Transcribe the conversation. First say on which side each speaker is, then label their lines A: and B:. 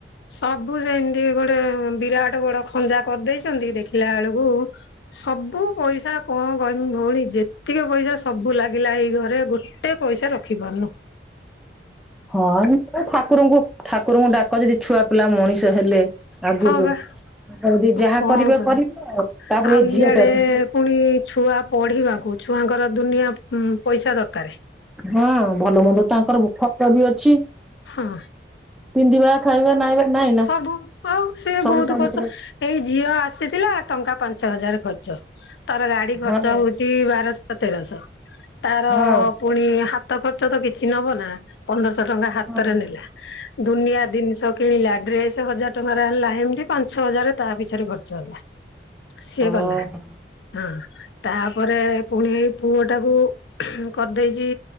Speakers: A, on the left; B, in the centre.
A: ସବୁ ସେମିତି ଗୋଟେ ବିରାଟ ବଡ ଖଞ୍ଜା କରିଦେଇଛନ୍ତି ଦେଖିଲା ବେଳକୁ ସବୁ ପଇସା କଣ କହନି ଭଉଣୀ ଯେତିକି ପଇସା ସବୁ ଲାଗିଲା ଏଇଘରେ ଗୋଟେ ପଇସା ରଖିପାରୁନୁ।
B: ହଁ ଠାକୁରଙ୍କୁ ଠାକୁରଙ୍କୁ ଡାକ ଯଦି ଛୁଆ ପିଲା ମଣିଷ ହେଲେ ଆଗକୁ
A: ହଁ ବା
B: ଯଦି
A: ଆଉ
B: ଯାହା କରିବେ
A: କଣ କରିବୁ।
B: କରିବେ ଆଉ ତାପରେ
A: ଆଉ
B: ଏଇ ଝିଅଟାକୁ
A: ଇଆଡେ ପୁଣି ଛୁଆ ପଢିବାକୁ ଛୁଆଙ୍କର ଦୁନିଆ ପଇସା ଦରକାରେ
B: ହଁ ଭଲମନ୍ଦ ତାଙ୍କର ଖର୍ଚ୍ଚବି ଅଛି।
A: ହଁ
B: ପିନ୍ଧିବା ଖାଇବା ନାଇବା ନାଇଁ ନା
A: ସବୁ ଆଉ ସିଏ
B: ସବୁ
A: ବହୁତ
B: ତା
A: ଖର୍ଚ୍ଚ
B: ଭିତରେ
A: ଏଇ ଝିଅ ଆସିଥିଲା ଟଙ୍କା ପାଞ୍ଚ ହଜାର ଖର୍ଚ୍ଚ ତାର ଗାଡି ଖର୍ଚ୍ଚ
B: ହଁ
A: ହଉଛି ବାରଶହ ତେରଶହ ତାର
B: ହଁ
A: ପୁଣି ହାତ ଖର୍ଚ୍ଚ ତ କିଛି ନବ ନା ପନ୍ଦରଶହ ଟଙ୍କା ହାତରେ
B: ହଁ
A: ନେଲା ଦୁନିଆ ଜିନିଷ କିଣିଲା ଡ୍ରେସ ହଜାର ଟଙ୍କାରେ ଆଣିଲା ଏମିତି ପାଞ୍ଚଛ ହଜାର ତା ପିଛାରେ ଖର୍ଚ୍ଚ ହେଲା। ସିଏ
B: ଓହୋ
A: ଗଲା। ହଁ ତାପରେ ପୁଣି ଏଇ ପୁଅ ଟାକୁ କରିଦେଇଛି